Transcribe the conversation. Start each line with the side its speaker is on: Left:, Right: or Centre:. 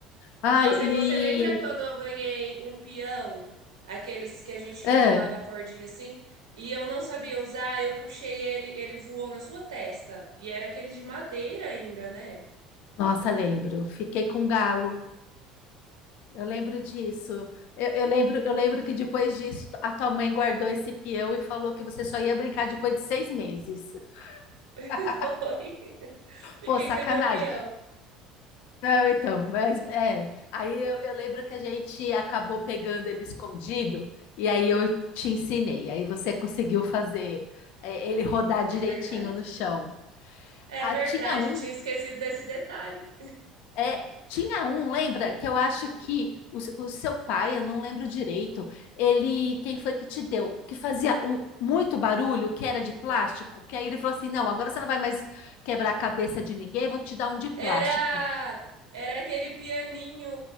Left: Ah,
Right: Nossa,
Left: e.
Right: e você lembra quando eu ganhei um peão, aqueles que a gente
Left: é.
Right: enrolava a cordinha assim, e eu não sabia usar, eu puxei ele, ele voou na sua testa. E era aquele de madeira ainda, né?
Left: Nossa, lembro. Fiquei com galo. Eu lembro disso. Eu, eu lembro, eu lembro que depois disso a tua mãe guardou esse peão e falou que você só ia brincar depois de seis meses.
Right: <laughs>
Left: <laughs>
Right: Foi. Fiquei
Left: Pô, sacanagem.
Right: sem meu peão.
Left: Não, então, mas é. Aí eu, eu lembro que a gente acabou pegando ele escondido e aí eu te ensinei. Aí você conseguiu fazer é, ele rodar direitinho
Right: É verdade.
Left: no chão.
Right: É
Left: Ah,
Right: verdade,
Left: tinha um
Right: tinha esquecido desse detalhe.
Left: É, tinha um, lembra? Que eu acho que o, s- o seu pai, eu não lembro direito, ele, quem foi que te deu? Que fazia um, muito barulho, que era de plástico, que aí ele falou assim: não, agora você não vai mais quebrar a cabeça de ninguém, eu vou te dar um de plástico.
Right: Era era aquele pianinho,